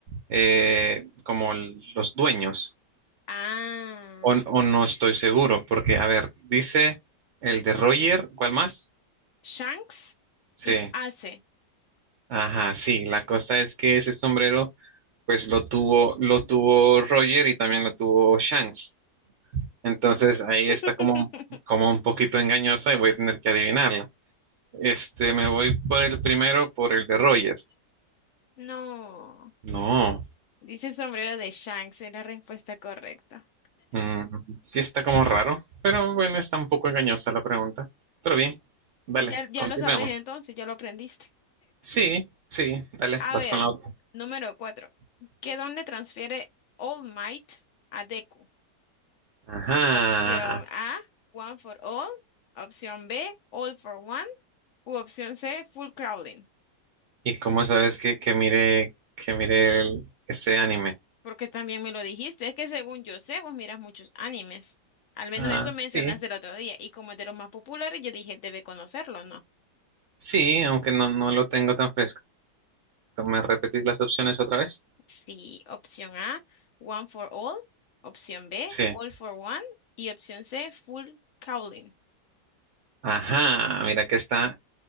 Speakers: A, on the right; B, on the left.
A: eh, como el- los dueños,
B: Ah,
A: o, o no estoy seguro, porque, a ver, dice el de Roger, ¿cuál más?
B: Shanks
A: Sí,
B: y Ace.
A: ajá, sí, la cosa es que ese sombrero, pues lo tuvo, lo tuvo Roger y también lo tuvo Shanks. Entonces ahí está
B: <laughs>
A: como, un- como un poquito engañosa y voy a tener que adivinarla. Este, me voy por el primero, por el de Roger.
B: No,
A: No.
B: dice sombrero de Shanks, es la respuesta correcta.
A: Mm, sí está como raro, pero bueno, está un poco engañosa la pregunta. Pero bien, dale,
B: Ya, ya
A: continuemos.
B: lo sabes entonces, ya lo aprendiste.
A: Sí, sí, dale,
B: A
A: vas
B: ver,
A: con la otra.
B: número cuatro. ¿Qué don le transfiere All Might a Deku?
A: Ajá.
B: Opción A, one for all. Opción B, all for one. U opción C, full crawling.
A: ¿Y cómo sabes que, que mire, que mire el- ese anime?
B: Porque también me lo dijiste, es que según yo sé, vos miras muchos animes. Al menos
A: Ah,
B: eso mencionaste
A: sí.
B: el otro día. Y como es de los más populares, yo dije, debe conocerlo, ¿no?
A: Sí, aunque no, no lo tengo tan fresco. ¿Me repetís las opciones otra vez?
B: Sí, opción A, one for all. Opción B,
A: Sí.
B: all for one. Y opción C, full crawling.
A: Ajá, mira que está,